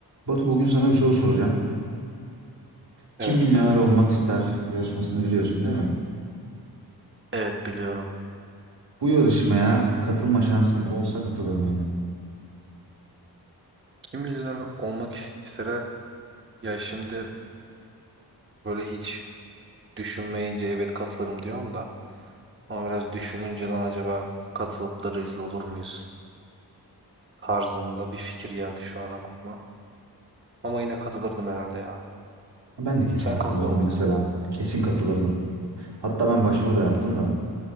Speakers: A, on the right; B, on the right.
A: Batu bugün sana bir soru soracağım. Kim
B: Evet
A: milyoner
B: kanka.
A: olmak ister yarışmasını biliyorsun değil mi?
B: Evet biliyorum.
A: Bu yarışmaya katılma şansın olsa katılır mıydın?
B: Kim milyoner olmak istere ya şimdi böyle hiç düşünmeyince evet katılırım diyorum da ama biraz düşününce lan acaba katılıp da rezil olur muyuz tarzında bir fikir geldi şu an aklıma. Ama yine katılırdım herhalde ya.
A: Ben de kesin
B: Sen
A: katılırdım
B: katılır mıydın?
A: mesela. Kesin katılırdım. Hatta ben başvuru da yaptım da